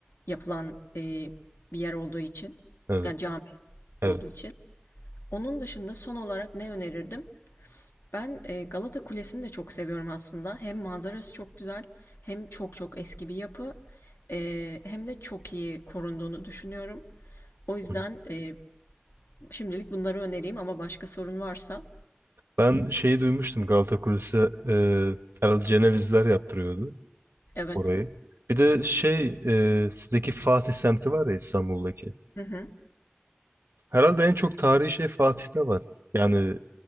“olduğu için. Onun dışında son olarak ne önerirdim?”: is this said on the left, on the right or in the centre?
Left